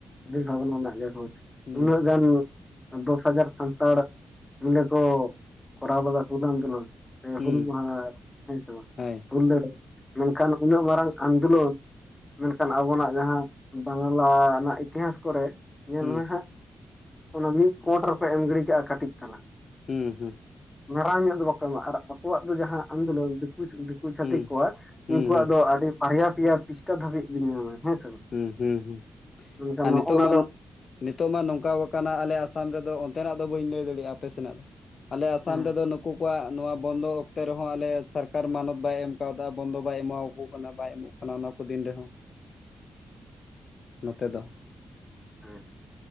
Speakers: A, on the left; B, on the left.
A: ᱟᱹᱰᱤ ᱵᱷᱟᱵᱽᱱᱟ ᱨᱮᱱᱟᱜ ᱜᱮ ᱦᱳᱭ,
B: ᱦᱩᱸ
A: ᱩᱱᱟᱹᱜ ᱜᱟᱱ ᱫᱚᱥ ᱦᱟᱡᱟᱨ ᱥᱟᱱᱛᱟᱲ ᱢᱤᱞᱮ ᱠᱚ ᱠᱚᱨᱟᱣ ᱞᱮᱫᱟ ᱠᱚ ᱚᱱᱟ ᱟᱱᱫᱚᱞᱚᱱ᱾ ᱦᱮᱸ,
B: ᱦᱩᱸ
A: ᱦᱩᱞ ᱢᱟᱦᱟ ᱦᱮᱸ ᱥᱮ ᱵᱟᱝ?
B: ᱦᱳᱭ
A: ᱦᱩᱞ ᱞᱟᱹᱲᱦᱟᱹᱭ, ᱢᱮᱱᱠᱷᱟᱱ ᱩᱱᱟᱹᱜ ᱢᱟᱨᱟᱝ ᱟᱱᱫᱳᱞᱚᱱ, ᱢᱮᱱᱠᱷᱟᱱ ᱟᱵᱚᱱᱟᱜ ᱡᱟᱦᱟᱸ ᱵᱟᱝᱞᱟ ᱨᱮᱱᱟᱜ ᱤᱛᱤᱦᱟᱸᱥ ᱠᱚᱨᱮ, ᱧᱮᱞ
B: ᱦᱩᱸ
A: ᱢᱮ ᱦᱟᱸᱜ, ᱚᱱᱟ ᱢᱤᱫ ᱯᱳᱸᱴ ᱨᱮᱠᱚ ᱮᱢ ᱜᱤᱰᱤ ᱠᱟᱜᱼᱟ ᱠᱟᱹᱴᱤᱡ ᱛᱟᱞᱟᱝ᱾
B: ᱦᱩᱸ ᱦᱩᱸ᱾
A: ᱢᱟᱨᱟᱝ ᱧᱚᱜ ᱫᱚ ᱵᱟᱠᱚ ᱮᱢᱟ ᱟᱨ ᱟᱠᱚᱣᱟᱜ ᱫᱚ ᱡᱟᱦᱟᱸ ᱟᱱᱫᱳᱞᱚᱱ ᱫᱤᱠᱩ ᱫᱤ ᱠᱩ ᱪᱷᱟᱹᱛᱤᱠ
B: ᱦᱩᱸ
A: ᱠᱚᱣᱟ,
B: ᱦᱩᱸ
A: ᱩᱱᱠᱩᱣᱟᱜ
B: ᱦᱩᱸ
A: ᱫᱚ ᱟᱹᱰᱤ ᱵᱟᱨᱭᱟ, ᱯᱤᱭᱟ ᱯᱤᱥᱴᱟ ᱫᱷᱟᱹᱵᱤᱡ ᱵᱤᱱ ᱧᱟᱢᱟ ᱦᱮᱸ ᱥᱮ ᱵᱟᱝ?
B: ᱦᱩᱸ ᱦᱩᱸ ᱦᱩᱸ,
A: ᱢᱮᱱᱠᱷᱟᱱ
B: ᱟᱨ
A: ᱱᱚᱜᱼᱚ
B: ᱱᱤᱛᱚᱜ
A: ᱱᱟ
B: ᱢᱟᱱ
A: ᱫᱚ
B: ᱱᱤᱛᱚᱜ ᱢᱟ ᱱᱚᱝᱠᱟᱣ ᱟᱠᱟᱱᱟ ᱟᱞᱮ ᱟᱥᱟᱢ ᱨᱮᱫᱚ ᱚᱱᱛᱮᱱᱟᱜ ᱫᱚ ᱵᱟᱹᱧ ᱞᱟᱹᱭ ᱫᱟᱲᱮᱭᱟᱜᱼᱟ ᱟᱯᱮ ᱥᱮᱱᱟᱜ ᱫᱚ, ᱟᱞᱮ ᱟᱥᱟᱢ
A: ᱦᱮᱸ
B: ᱨᱮᱫᱚ ᱱᱩᱠᱩ ᱟᱠᱚᱣᱟᱜ ᱱᱚᱣᱟ ᱵᱚᱱᱫᱚ ᱚᱠᱛᱮ ᱨᱮᱦᱚᱸ ᱟᱞᱮ ᱥᱟᱨᱠᱟᱨ ᱢᱟᱱᱚᱛ ᱵᱟᱭ ᱮᱢ ᱠᱟᱣᱫᱟ, ᱵᱚᱱᱫᱚ ᱵᱟᱭ ᱮᱢᱟᱣ ᱠᱚ ᱠᱟᱱᱟ ᱵᱟᱭ ᱮᱢᱚᱜ ᱠᱟᱱᱟ, ᱚᱱᱟ ᱠᱚ ᱫᱤᱱ ᱨᱮᱦᱚᱸ᱾ ᱱᱚᱛᱮ ᱫᱚ᱾
A: ᱟᱪᱪᱷᱟ᱾